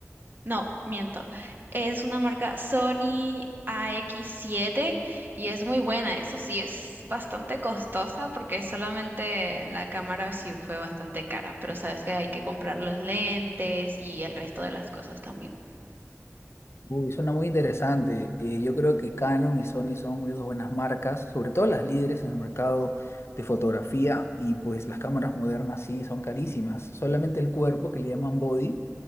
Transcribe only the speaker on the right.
No, miento. Es una marca Sony A X siete y es muy buena. Eso sí, es bastante costosa porque solamente la cámara sí fue bastante cara, pero sabes que hay que comprar los lentes y el resto de las cosas también.